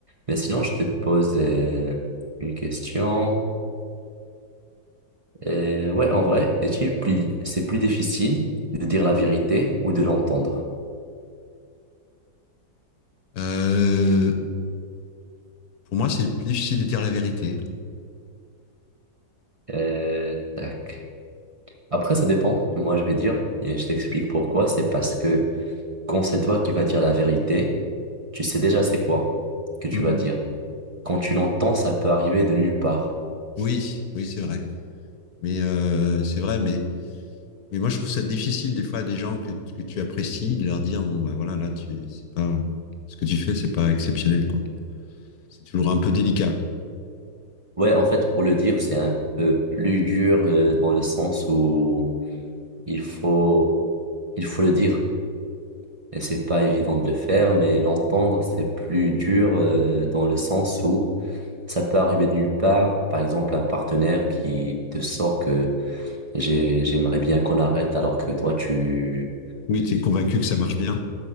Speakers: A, on the right; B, on the left.
A: Mais sinon, je te pose euh, une question. Euh, ouais, en vrai, est-il plus, c'est plus difficile de dire la vérité ou de l'entendre?
B: Euh, pour moi, c'est plus difficile de dire la vérité.
A: Euh, tac. Après, ça dépend. Moi, je vais dire, et je t'explique pourquoi. C'est parce que quand c'est toi qui vas dire la vérité, tu sais déjà c'est quoi que tu
B: Mm-hmm.
A: vas dire. Quand tu l'entends, ça peut arriver de nulle part.
B: Oui, oui, c'est vrai. Mais euh, c'est vrai, mais, mais moi, je trouve ça difficile des fois à des gens que, que tu apprécies de leur dire, bon, bah voilà, là, tu, c'est pas, ce que tu fais, c'est pas exceptionnel, quoi. C'est toujours un peu délicat.
A: Ouais, en fait, pour le dire, c'est un peu plus dur euh, dans le sens où il faut, il faut le dire. Et c'est pas évident de le faire, mais l'entendre, c'est plus dur euh, dans le sens où ça peut arriver de nulle part. Par exemple, un partenaire qui te sort que j'ai, j'aimerais bien qu'on arrête alors que toi, tu,
B: Oui, tu es convaincu que ça marche bien.